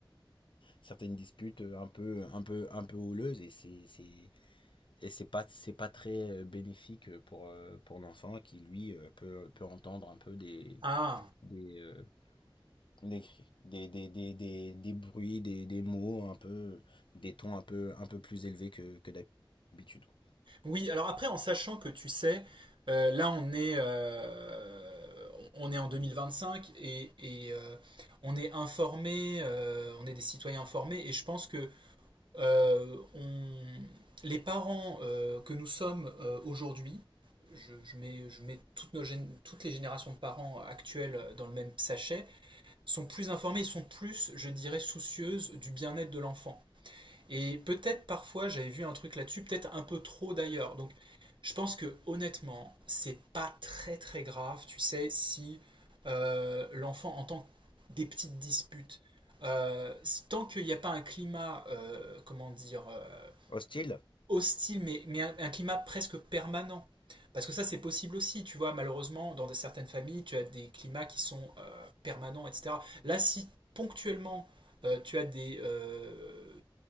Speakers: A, on the left; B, on the right.
A: certaines disputes euh, un peu, un peu, un peu houleuses et c'est, c'est, et c'est pas, c'est pas très euh, bénéfique euh, pour, euh, pour l'enfant qui lui euh, peut, peut entendre un peu des,
B: Ah.
A: des, euh, des, cris, des, des, des, des, des bruits, des, des mots un peu, des tons un peu, un peu plus élevés que, que d'habitude. quoi.
B: Oui, alors après, en sachant que tu sais, euh, là on est, euh, on est en 2025 et, et, euh, on est informé, euh, on est des citoyens informés et je pense que euh, on- les parents euh, que nous sommes euh, aujourd'hui, je, je mets, je mets toutes, nos gén- toutes les générations de parents actuelles dans le même sachet, sont plus informés, sont plus, je dirais, soucieuses du bien-être de l'enfant. Et peut-être parfois j'avais vu un truc là-dessus, peut-être un peu trop d'ailleurs. Donc je pense que honnêtement, c'est pas très très grave, tu sais, si euh, l'enfant entend des petites disputes. Euh, tant qu'il n'y a pas un climat, euh, comment dire, euh,
A: Hostile?
B: hostile, mais, mais un, un climat presque permanent. Parce que ça, c'est possible aussi, tu vois, malheureusement, dans certaines familles, tu as des climats qui sont euh, permanents, etc. Là, si ponctuellement, euh, tu as des, euh,